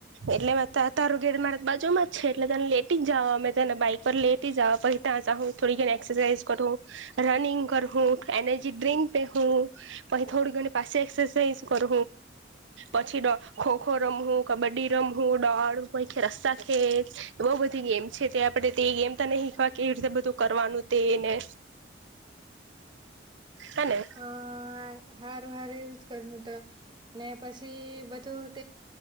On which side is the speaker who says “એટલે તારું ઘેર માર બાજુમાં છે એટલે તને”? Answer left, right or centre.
Right